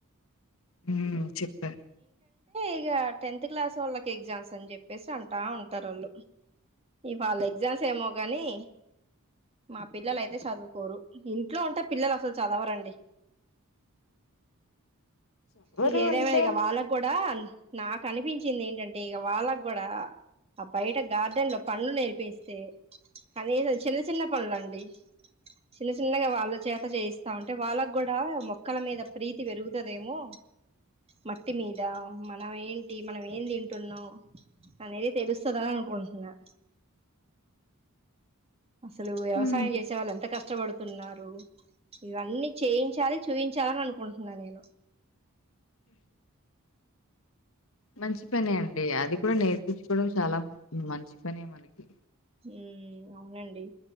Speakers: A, on the left; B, on the right.
A: ఊ చెప్పారు
B: ఇగ టెన్త్ క్లాస్ ఓళ్ళకి ఎగ్జామ్స్ అని చెప్పేసి అంటా ఉంటారు ఆళ్ళు ఇవాళ్ళ ఎగ్జామ్స్ ఏమో గానీ మా పిల్లలు అయితే చదువుకోరు ఇంట్లో ఉంటే పిల్లలు అసలు చదవరండి
A: ఎవరు
B: ఇంగే
A: అంటే
B: దేవ ఇగ వాళ్ళ ఆన్ నాకు అనిపించింది ఏంటంటే ఇగ వాళ్ళగ్ గూడా అ బయట గార్డెన్ లో పంలు నేర్పిస్తే కనీసం చిన్న చిన్న పనులండి చిన్న చిన్నగా వాళ్ళ చేత చేయిస్తా ఉంటే, వాళ్ళ గూడా మొక్కల మీద ప్రీతి వెరుగుతుదేమో. మట్టి మీదా మనం ఏంటి మనం ఏం దింటున్నాం అనేది తెలుస్తదా అనుకుంటున్నా అసలూ వ్యవసయం
A: మ్మ్
B: చేసే వాళ్ళ ఎంత కష్టబడు తున్నారు ఇవన్నీ చేయించాలి చూయించాలని అనుకుంటున్నా నేను
A: ఉ మంచి పనే అండి అది కూడా నేర్పిచ్చుకోవడం చాలా మంచి పనే మనకి
B: ఊ అవునండి